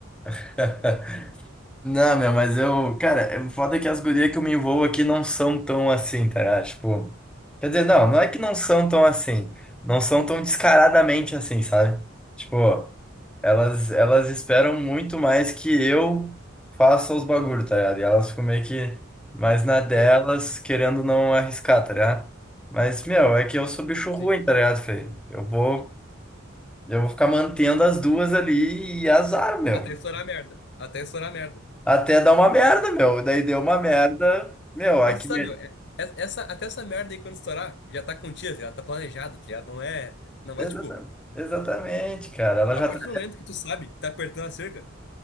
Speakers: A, in the centre; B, on the left (about 60°).
A: <laughs> Não, meu, mas eu, cara, é foda que as gurias que eu me envolvo aqui não são tão assim, tá ligado? Tipo, quer dizer, não, não é que não são tão assim, não são tão descaradamente assim, sabe? Tipo, elas, elas esperam muito mais que eu faça os bagulho, tá ligado? E elas ficam meio que mais na delas,
B: Sim,
A: querendo não arriscar, tá ligado? Mas, meu, é que eu sou bicho
B: sim.
A: ruim, tá ligado, Fê? Eu vou, eu vou ficar mantendo as duas ali e azar, meu.
B: Até estourar a merda. Até estourar a merda.
A: Até dar uma merda, meu. Daí deu uma merda. Meu,
B: Mas
A: aqui.
B: sabe,
A: me-
B: meu, é- é- essa, até essa merda aí quando estourar, já tá contida, tá ligado? Tá planejado, tá ligado? Não é. Não vai,
A: Exata-
B: tipo,
A: Exatamente, cara. Ela
B: a
A: já
B: partir
A: tá.
B: do momento que tu sabe que tá apertando a cerca,